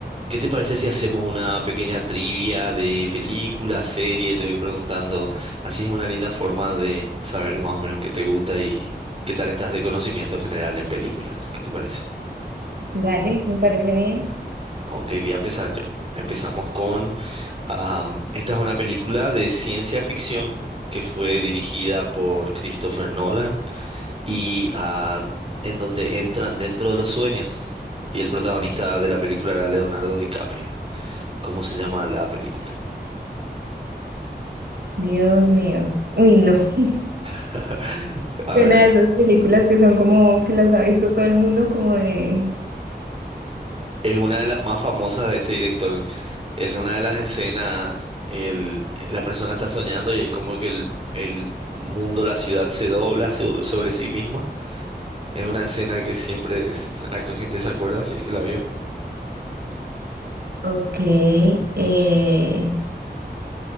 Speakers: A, on the right; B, on the right.
A: ¿Qué te parece si hacemos una pequeña trivia de película, serie? Te voy preguntando. Así es una linda forma de saber más o menos qué te gusta y qué tal estás de conocimiento general en películas. ¿Qué te parece?
B: Dale, me parece bien.
A: Ok, voy a empezar yo. Empezamos con... am, esta es una película de ciencia ficción que fue dirigida por Christopher Nolan y ah, en donde entran dentro de los sueños. Y el protagonista de la película era Leonardo DiCaprio. ¿Cómo se llama la película?
B: Dios mío. Uy, no. <laughs>
A: <laughs> A
B: Una
A: ver,
B: de esas películas que son como que las ha visto todo el mundo, como de.
A: es una de las más famosas de este director. En una de las escenas, el- la persona está soñando y es como que el, el mundo, la ciudad se dobla so- sobre sí misma. Es una escena que siempre es, es la que gente se acuerda, si es que la vio.
B: Ok. eh,